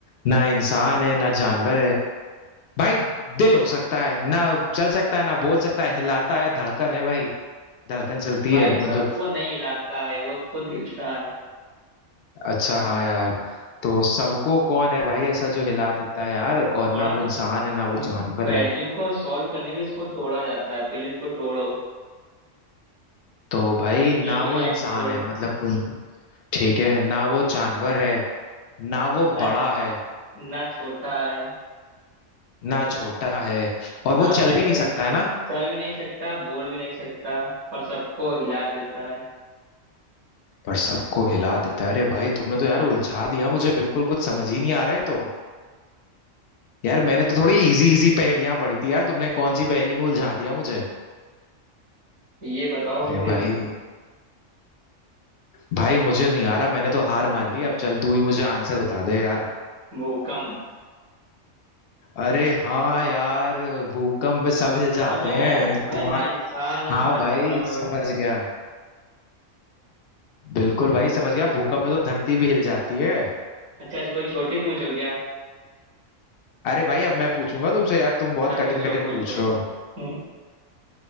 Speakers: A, on the left (about 60°); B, on the right (about 80°).
A: ना इंसान है ना जानवर है भाई दिल हो सकता है ना चल सकता है ना बोल सकता है हिलाता है धड़कन है भाई धड़कन चलती
B: भाई
A: है
B: वो
A: मतलब
B: सबको नहीं हिलाता है वो खुद हिलता है
A: अच्छा हाँ यार तो सबको कौन है भाई ऐसा जो हिला देता है यार और
B: थोड़ा
A: ना वो इंसान है ना वो
B: इन
A: जानवर
B: पहेलियों
A: है
B: को सॉल्व करने के लिए इसको तोड़ा जाता है पहले इनको तोड़ो
A: तो भाई ना
B: एक एक
A: वो
B: लाइन
A: इंसान
B: तोड़ो
A: है मतलब कोई ठीक है ना वो जानवर है ना वो
B: ना
A: बड़ा है
B: ना छोटा है
A: ना छोटा है और वो
B: ना मैं
A: चल भी नहीं
B: चल
A: सकता है ना
B: चल भी नहीं सकता बोल भी नहीं सकता पर सबको हिला देता है
A: पर सबको हिला देता है अरे भाई तुमने तो यार उलझा दिया मुझे बिल्कुल कुछ समझ ही नहीं आ रहा है तो यार मैंने तो थोड़ी इजी इजी पहेलियां पढ़ी थी यार तुमने कौन सी पहेली में उलझा दिया मुझे
B: ये बताओ
A: अरे
B: फिर
A: भाई भाई मुझे नहीं आ रहा मैंने तो हार मान ली अब चल तू ही मुझे आंसर बता दे यार
B: भूकंप
A: अरे हाँ यार भूकंप में सब हिल जाते
B: समझ में आया
A: हैं
B: मैं
A: दिमाग
B: ना इंसान हूँ
A: हाँ
B: ना
A: भाई
B: जानवर
A: समझ
B: हूँ
A: गया बिल्कुल भाई समझ गया भूकंप में तो धरती भी हिल जाती है
B: अच्छा ऐसे कोई छोटी पूछो क्या
A: अरे भाई अब मैं पूछूंगा तुमसे यार तुम
B: अच्छा
A: बहुत कठिन
B: पूछो
A: कठिन
B: पूछो
A: पूछ रहे हो
B: हम्म,